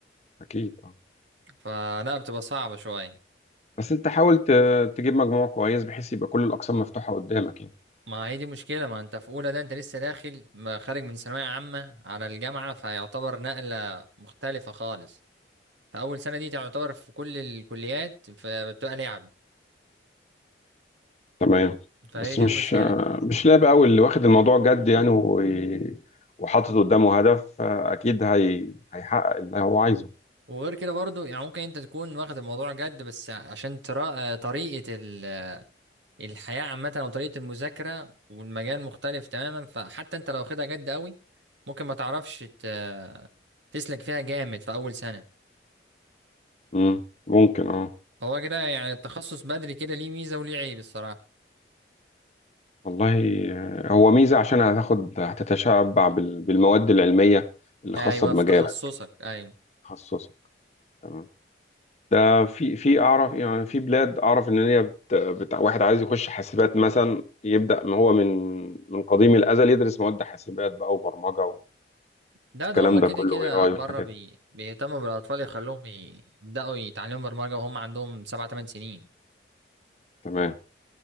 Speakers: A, on the left; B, on the right.
A: اكيد اه
B: فلا بتبقى صعبة شوية
A: بس انت حاول ت- تجيب مجموع كويس بحيث يبقى كل الاقسام مفتوحة قدامك يعني
B: ما هي دي مشكلة ما انت في اولى ده انت لسه داخل ما خارج من ثانوية عامة على الجامعة فيعتبر نقلة مختلفة خالص فأول سنة دي تعتبر في كل الكليات فبتبقى لعب
A: تمام
B: فهي
A: بس
B: دي
A: مش
B: المشكلة
A: آه، مش لاعب قوي اللي واخد الموضوع جد يعني وي- وحاطط قدامه هدف آه، اكيد هي هيحقق اللي هو عايزه
B: وغير كده برضو يعني ممكن انت تكون واخد الموضوع جد بس عشان ترى طريقة ال- الحياة عامة او طريقة المذاكرة والمجال مختلف تماما فحتى انت لو واخدها جد قوي ممكن ما تعرفش ت- تسلك فيها جامد في اول سنة
A: مم، ممكن اه
B: هو كده يعني التخصص بدري كده ليه ميزة وليه عيب الصراحة
A: والله آه، هو ميزة عشان هتاخد هتتشبع بال- بالمواد العلمية اللي
B: ايوه
A: خاصة بمجالك
B: في تخصصك ايوه
A: تخصصك تمام ده في في اعرف يعني في بلاد اعرف ان هي بت... بت... واحد عايز يخش حاسبات مثلا يبدا ما هو من من قديم الازل يدرس مواد حاسبات بقى وبرمجه
B: لا
A: والكلام
B: ده هما كده
A: ده كله
B: كده
A: اي اي
B: بره
A: والحاجات
B: بي...
A: دي
B: بيهتموا بالاطفال يخلوهم ي- يبداوا يتعلموا برمجة وهم عندهم سبع تمن سنين
A: تمام